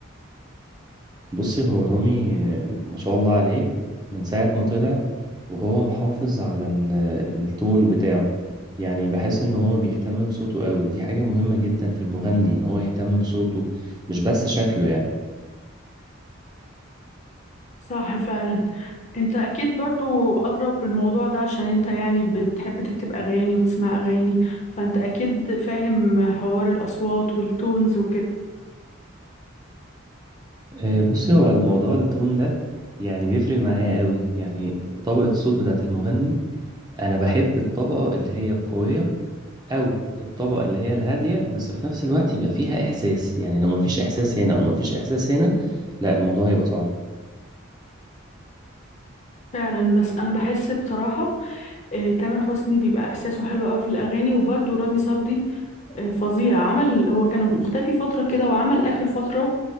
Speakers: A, on the right; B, on the left.
A: بصي هو رامي ما شاء الله عليه من ساعة ما طلع وهو محافظ على ال- التون بتاعه يعني بحس ان هو بيهتم بصوته قوي ودي حاجة مهمة جدا في المغني ان هو يهتم بصوته مش بس شكله يعني
B: صح فعلا انت اكيد برضو اضرب بالموضوع ده عشان انت يعني ب- بتحب تكتب اغاني وتسمع اغاني فانت اكيد فاهم حوار الاصوات والتونز وكده
A: آه، بصي هو الموضوع التون ده يعني بيفرق معايا قوي يعني طبقة الصوت بتاعة المغني انا بحب الطبقة اللي هي القوية او الطبقة اللي هي الهادية بس في نفس الوقت يبقى فيها احساس يعني لو مفيش احساس هنا او مفيش احساس هنا لا الموضوع هيبقى صعب
B: فعلا بس انا بحس بصراحة آه، تامر حسني بيبقى احساسه حلو قوي في الاغاني وبرضو رامي صبري آه، فظيع عمل هو كان مختفي فترة كده وعمل اخر فترة